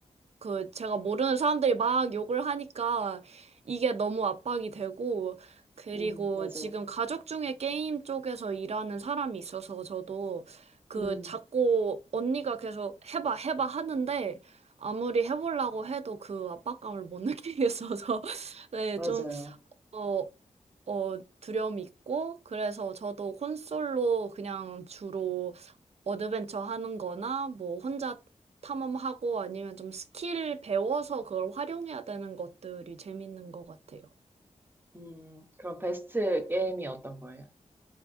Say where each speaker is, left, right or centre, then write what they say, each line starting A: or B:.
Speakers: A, on the right; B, on the right.
A: 그 제가 모르는 사람들이 막 욕을 하니까 이게 너무 압박이 되고 그리고
B: 음, 맞아요.
A: 지금 가족 중에 게임 쪽에서 일하는 사람이 있어서 저도 그
B: 음.
A: 자꾸 언니가 계속 해봐 해봐 하는데 아무리 해보려고 해도 그 압박감을 못 <laughs> 느끼겠어서 <laughs> 네,
B: 맞아요.
A: 좀, 어, 어, 두려움이 있고 그래서 저도 콘솔로 그냥 주로 어드벤처 하는 거나 뭐 혼자 탐험하고 아니면 좀 스킬 배워서 그걸 활용해야 되는 것들이 재밌는 것 같아요.
B: 음, 그럼 베스트 게임이 어떤 거예요?